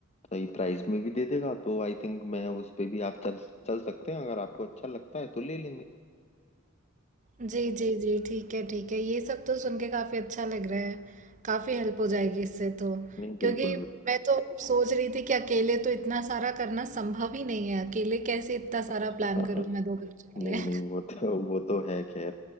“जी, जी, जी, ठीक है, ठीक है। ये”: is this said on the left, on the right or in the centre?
Right